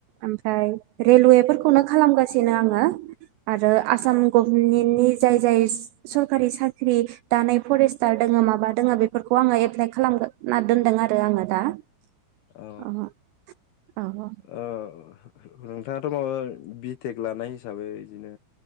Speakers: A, on the right (about 85°); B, on the left (about 70°).
A: ओमफ्राय रेलवेफोरखौनो खालामगासिनो आङो। आरो आसाम गभमेन्टनि जाय जाय सरकारि साख्रि दानाय फरेस्टार दोङो माबा दोंङो बेफोरखौ आङो एप्लाइ खालामना दोनदों आरो आङो दा <unintelligible>
B: औ ओ नोंथाङाथ' माबा बिटेक लानाय हिसाबै बिदिनो